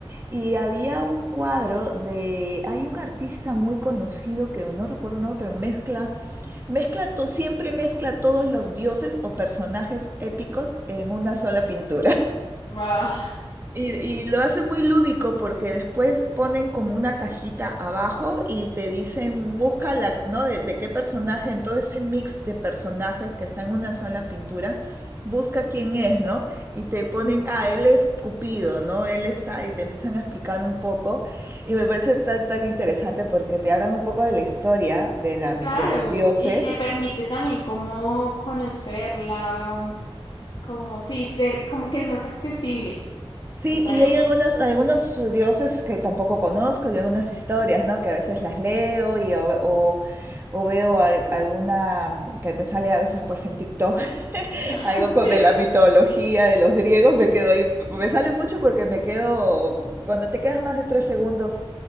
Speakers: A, on the right (about 25°); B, on the left (about 55°).
A: y había un cuadro de, hay un artista muy conocido que no recuerdo el nombre, pero mezcla, mezcla to- siempre mezcla todos los dioses o personajes épicos en una sola pintura.
B: ¡Wow!
A: Y, y lo hace muy lúdico porque después ponen como una cajita abajo y te dicen, busca la, ¿no? De, de qué personaje, en todo ese mix de personajes que está en una sola pintura, busca quién es, ¿no? Y te ponen,
B: <laughs>
A: ah, él es Cupido, ¿no? Él está, y te empiezan a explicar un poco. Y me parece tan, tan interesante porque te hablan un poco de la historia de la, mi-
B: Claro,
A: de los dioses
B: y te permite también como conocerla, como sí, ser, como que es más accesible.
A: Sí,
B: Totalmente.
A: y hay algunos, algunos dioses que tampoco conozco y algunas historias, ¿no? Que a veces las leo y o, o- o veo al- alguna mm, que me sale a veces pues en TikTok, <laughs>
B: <laughs>
A: algo con
B: Sí,
A: de la mitología de los griegos, me quedo ahí, me sale mucho porque me quedo, cuando te quedas más de tres segundos